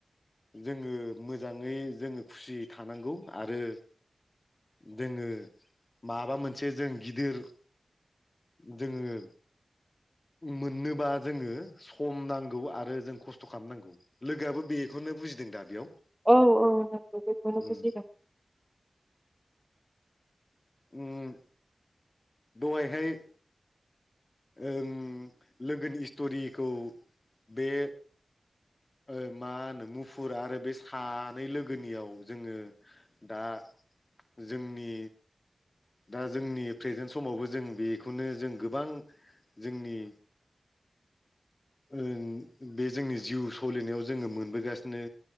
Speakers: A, on the left; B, in the centre.
A: जोङो मोजाङै जोङो खुसियै थानांगौ आरो जोङो माबा मोनसे जों गिदिर जोङो मोननोबा जोङो सम नांगौ आरो जों खस्थ' खालामनांगौ लोगोआबो बे बेखौनो बुजिदों दा बेयाव
B: औ <unintelligible>
A: उम उम दहायहाय ओं लोगोनि स्ट'रिखौ बे
B: <inaudible>
A: ओ मा होनो मुफुर आरो बे सानै लोगोनियाव जोङो दा जोंनि दा जोंनि प्रेजेन्ट समावबो जों बेखौनो जों गोबां जोंनि ओं बे जोंनि जिउ सोलिनायाव जोङो मोनबोगासिनो